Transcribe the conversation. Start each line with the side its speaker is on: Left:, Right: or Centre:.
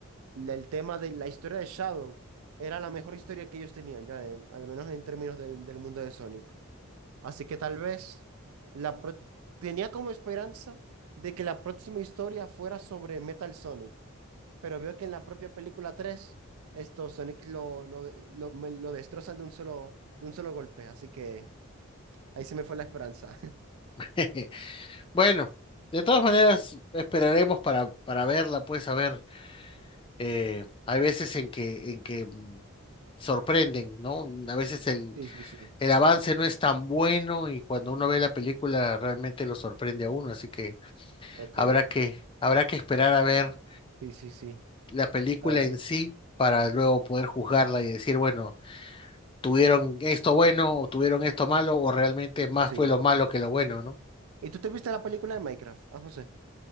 Right: la- el tema de la historia de Shadow era la mejor historia que ellos tenían, ya, en- al menos en términos del del mundo de Sonic. Así que tal vez la pro- tenía como esperanza de que la próxima historia fuera sobre Metal Sonic, pero veo que en la propia película 3 esto Sonic lo, lo, de- lo, me- lo destrozan de un solo, de un solo golpe, así que ahí se me fue la esperanza. <laughs>
Left: <laughs> Bueno, de todas maneras, esperaremos para, para verla, pues a ver, eh, hay veces en que, en que mm, sorprenden, ¿no? A veces el
Right: Sí, sí, sí.
Left: el avance no es tan bueno y cuando uno ve la película realmente lo sorprende a uno, así que
Right: Ok.
Left: habrá que, habrá que esperar a ver
Right: Sí, sí, sí.
Left: la película
Right: Ah,
Left: en sí para luego poder juzgarla y decir, bueno, tuvieron esto bueno o tuvieron esto malo o realmente más
Right: sí.
Left: fue lo malo que lo bueno, ¿no?
Right: ¿Y tú te viste la película de Minecraft? Ah, José.